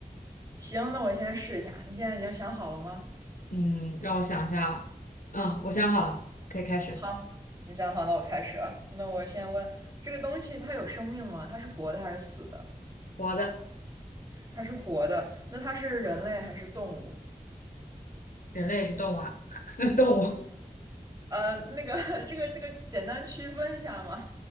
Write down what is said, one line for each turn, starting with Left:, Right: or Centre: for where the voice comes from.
Right: 行，那我先试一下。你现在已经想好了吗？
Left: 嗯，让我想一下。嗯，我想好了，可以开始。
Right: 好，你想好，那我开始了。那我先问，这个东西它有生命吗？它是活的还是死的？
Left: 活的，
Right: 它是活的，那它是人类还是动物？
Left: 人类也是动物啊，<laughs> 动物。
Right: 呃，那个，<laughs> 这个，这个简单区分一下嘛。